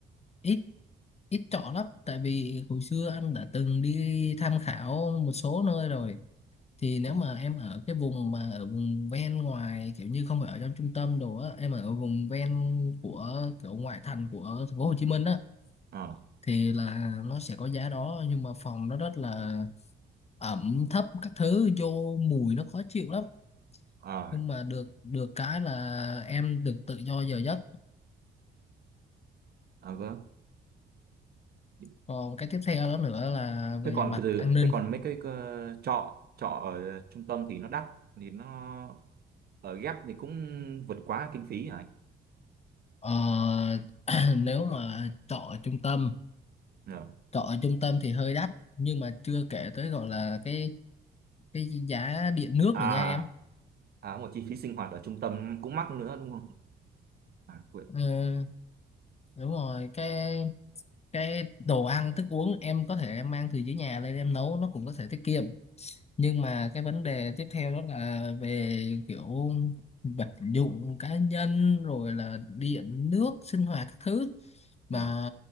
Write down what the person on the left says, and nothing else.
ít ít trọ lắm. Tại vì hồi xưa anh đã từng đi tham khảo một số nơi rồi thì nếu
mà em ở cái vùng mà ở vùng ven ngoài kiểu như không phải ở trong trung tâm đồ á em ở vùng ven của kiểu ngoại thành của thành phố Hồ Chí Minh á
thì là nó sẽ có giá đó nhưng mà phòng nó rất là ẩm thấp các thứ vô mùi nó khó chịu lắm
nhưng mà được được cái là em được tự do giờ giấc
còn cái tiếp theo đó nữa là
về
mặt
an ninh
ờ, <clears throat> nếu mà trọ ở trung tâm
trọ ở trung tâm thì hơi đắt nhưng mà chưa kể tới gọi là cái cái giá điện nước
rồi nha em
ừ, đúng rồi cái cái đồ ăn thức uống em có thể em mang từ dưới nhà lên em nấu nó cũng có thể tiết kiệm nhưng mà cái vấn đề tiếp theo đó là về kiểu vật dụng cá nhân rồi là điện nước sinh hoạt các thứ mà